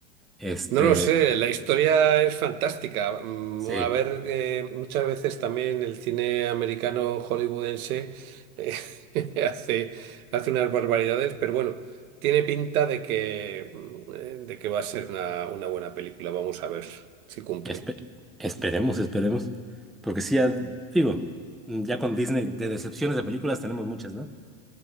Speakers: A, in the centre; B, on the right.
A: Este,
B: No lo sé, la historia es fantástica. Mm,
A: sí,
B: A ver, eh, muchas veces también el cine americano hollywoodense eh, <laughs> hace, hace unas barbaridades, pero bueno, tiene pinta de que, mm, eh, de que va a ser una, una buena película. Vamos a ver si cumple.
A: espe- esperemos, esperemos. Porque sí, ya, digo, ya con Disney de decepciones de películas tenemos muchas, ¿no?